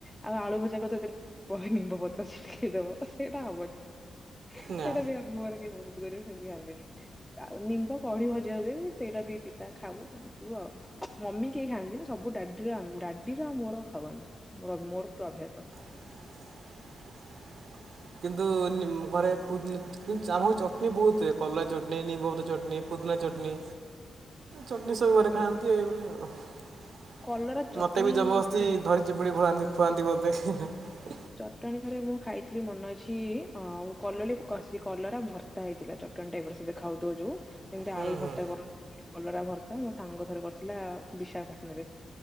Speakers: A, in the centre; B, on the right.
A: ଆଉ ଆଳୁ ଭଜା କ ତ ଏଥିରେ ନିମ୍ବ ପତ୍ର ଅଛି। ଦବ ସେଇଟା ହବନି।
B: ନା
A: ସେଇଟା ବି ଆମ ଘର କେହି ପସନ୍ଦ କରିବେ। ଦିଅନ୍ତିନି। ଆଉ ନିମ୍ବ ବଢି ଭଜା ହୁଏ ସେଇଟା ବି ପିତା ଖାଉ। ଆଉ ମମି କେହି ଖାଆନ୍ତିନି ସବୁ ଡାଡିର ଡାଡିର ଆଉ ମୋର ଖାଉ ଆମେ। ମୋର ମୋର ପୁରା ଅଭ୍ୟାସ।
B: <inaudible> କିନ୍ତୁ ଘରେ ଚଟଣିୀ ବହୁତ ହୁଏ, କଲରା ଚଟଣିୀ, ନିମ୍ବପତ୍ର ଚଟଣିୀ। ପୁଦିନା ଚଟଣିୀ, ଚଟଣିି ସବୁ ଘରେ ଖାଆନ୍ତି
A: ଓହୋ
B: ଏଇଭଳିଆ ଆଉ।
A: କଲରା ଚଟଣି
B: ମତେ ବି ଜବରଦସ୍ତି
A: ଥରେ
B: ଧରିଚି ପୁଡି ଭଳାନ୍ତି <unintelligible>
A: ଚଟଣିୀ ଥରେ ମୁଁ ଖାଇଥିଲି ମନେ ଅଛି ଅ କଲରା ଭର୍ତ୍ତା ହେଇଥିଲା। ମଟନ ଟାଇପ ରସ ଦେଖାଉଥିବ ଯୋଉ ଯେମତି
B: ହୁଁ
A: ଆଳୁ
B: ହୁଁ
A: ଭର୍ତା କର, କଲରା ଭର୍ତା ମୋ ସାଙ୍ଗ ଥରେ କରିଥିଲା। ବିଶାଖାପାଟଣଆ ରେ।